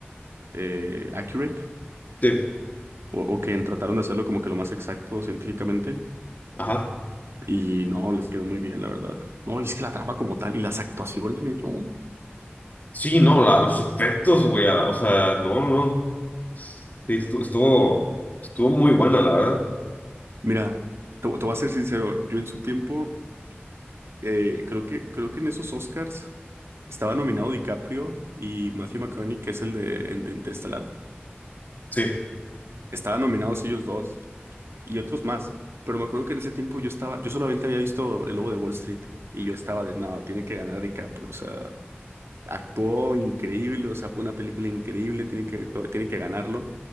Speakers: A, on the right (about 85°); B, on the left (about 40°).
A: eh, accurate
B: Sí,
A: o, o que trataron de hacerlo como que lo más exacto científicamente
B: ajá.
A: y no, les quedó muy bien, la verdad. No, y es que la trama como tal y las actuaciones, no.
B: Sí, no, la- los efectos, güey, a la- o sea, no, no, sí, estu- estuvo, estuvo muy buena, la verdad.
A: Mira, te, te voy a ser sincero, yo en su tiempo eh, creo que, creo que en esos Oscars estaba nominado DiCaprio y Matthew McConaughey, que es el de, el de Interestelar.
B: Sí,
A: Estaban nominados ellos dos y otros más. Pero me acuerdo que en ese tiempo yo estaba, yo solamente había visto El Lobo de Wall Street y yo estaba de, no, tiene que ganar DiCaprio, o sea, Actuó increíble, o sea, fue una película increíble, tiene que, todo- tiene que ganarlo.